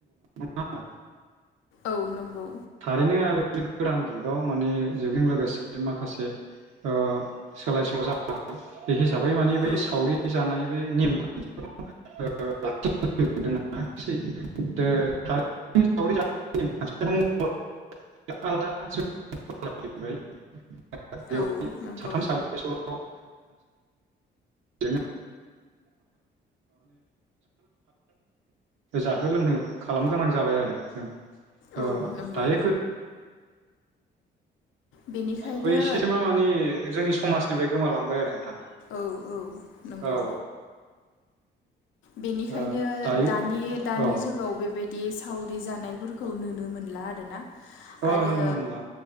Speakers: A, on the right; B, on the left.
A: <unintelligible>
B: औ नंगौ
A: <unintelligible> गोदान जुगाव माने जुगजों लोगोसे माखासे ओ सोलाय सोल' जाबाय बे हिसाबै माने बै
B: औ
A: सावरि जानाय बै नेम खान्थिखौ <unintelligible> <unintelligible> <unintelligible>
B: औ नंगौ
A: साथाम साब्रैसोल' <unintelligible> जाहो लोंहो खालाम गोनां जाबाय आरो औ ओ
B: औ नोंगौ
A: दायो
B: बेनिखायनो
A: बैसे मा मानि जोंनि स माजनिफ्राय गोमालांबाय आरो नोंथां।
B: औ औ नंगौ
A: औ
B: बेनिखायनो
A: ओ दायो
B: दानि दानि
A: औ
B: जुगाव बेबायदि दि सावरि जानायफोरखौ नुनो मोनला आरोना।
A: ओ
B: आरो
A: नुनो मोनला।